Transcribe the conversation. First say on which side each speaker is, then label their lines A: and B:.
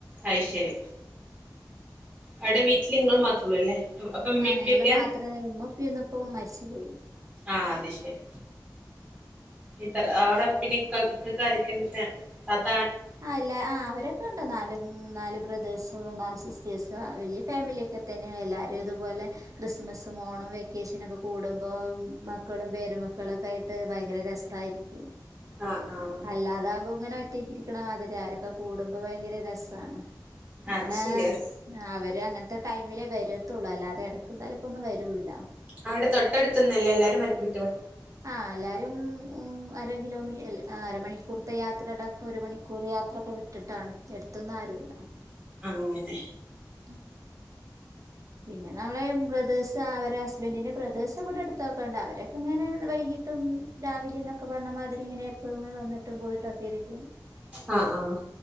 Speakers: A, on the right; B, on the right.
A: അയ്ശരി അവിടെ വീട്ടിൽ നിങ്ങൾ മാത്രള്ളൂ അല്ലേ അപ്പൊ ഉമ്മേ
B: ആ
A: ഉപ്പേക്കേ
B: ഞങ്ങള് മാത്രമേ ഉമ്മ ഉപ്പയൊന്നും ഇപ്പോ മരിച്ചു പോയി
A: ആഹ് അത് ശരി ഇത്ര അവടെ പിന്നെ ഇക്ക ക് <unintelligible>
B: അല്ല ആഹ് അവരൊക്കെ ഒണ്ട് നാല് മ് നാല് ബ്രദേേഴ്സ് നാല് സിസ്റ്റേഴ്സ് വലിയ ഫാമിലിയൊക്കെ തന്നെ എല്ലാരും ഇതുപോലെ ക്രിസ്മസും ഓണം വെക്കേഷനൊക്കെ കൂടുമ്പോ മക്കളും പേരമക്കളൊക്കെ ആയിട്ട് ഭയങ്കര രസായിരിക്കും
A: ആഹ് ആഹ്
B: അല്ലാതാകും ങ്ങനെ ഒറ്റക്കിരി ക്ക്‌ണ മാതിരി അവരൊക്കെ കൂടുമ്പോ ഭയങ്കര രസാണ് അങ്ങനെ
A: അത് ശരിയാ
B: അവ ര് അങ്ങൻത്തെ ടൈമിലേ വരത്തുള്ളൂ അല്ലാതെ ഇടക്കും തലക്കൊന്നും വരൂല്ല
A: അവിടെ തൊട്ടടുത്തൊന്നല്ല എല്ലാരുംവെ വിട്ട
B: ആഹ് അല്ലാ- രും ഉം അര കിലോമീ ല്ല അരമണിക്കൂർത്തെ യാത്രടെ ഒരു മണിക്കൂർ യാത്രൊക്കെ വിട്ടിട്ടാണ് അണു എടുത്തൊന്നു ആരുല്ല
A: അങ്ങനെ
B: ഉം പിന്നെ നമ്മളെ ബ്രദേഴ്സ് അവര് ഹസ്ബന്റിന്റെ ബ്രദേേഴ്സ് ഇവിടെ അടുത്തോക്കണ്ട് അവരൊക്കെ ങ്ങനെ വൈകി ട്ടും രാവിലെ എന്നൊക്കെ പറഞ്ഞാ മാതിരി ഇങ്ങനെ എപ്പഴും വന്നിട്ടും പോയിട്ടൊക്കെ ഇരിക്കും
A: ആഹ് ആഹ്